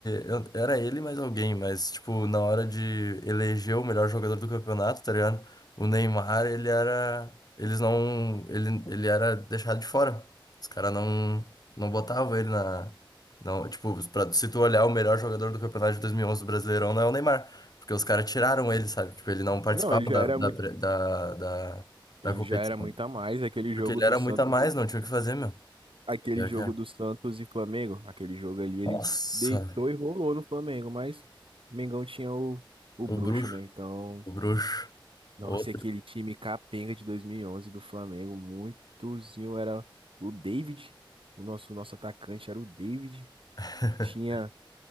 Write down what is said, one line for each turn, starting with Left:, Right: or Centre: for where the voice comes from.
Left: eu- era ele mais alguém, mas, tipo, na hora de eleger o melhor jogador do campeonato, tá ligado? O Neymar, ele era. Eles não. Ele, ele era deixado de fora. Os caras não, não botavam ele na. Não, tipo, pra, se tu olhar o melhor jogador do campeonato de 2011 do Brasileirão, não é o Neymar. Porque os caras tiraram ele, sabe? Tipo, ele não participava
Right: Não, ele já
Left: da,
Right: era
Left: da,
Right: muito,
Left: pre- da, da,
Right: ele
Left: da competição.
Right: já era muito a mais, aquele
Left: Porque
Right: jogo
Left: ele
Right: do
Left: era
Right: Santos,
Left: muito a mais,
Right: e-
Left: não tinha o que fazer, meu.
Right: aquele
Left: Pior
Right: jogo
Left: que é.
Right: do Santos e Flamengo, aquele jogo ali ele
Left: Nossa,
Right: deitou e rolou no Flamengo, mas Mengão tinha o, o
Left: O
Right: bruxo,
Left: bruxo,
Right: né? Então
Left: o bruxo,
Right: Nossa,
Left: outro.
Right: e aquele time capenga de 2011 do Flamengo, muitozinho era o David, o nosso nosso atacante era o David.
Left: <laughs>
Right: Tinha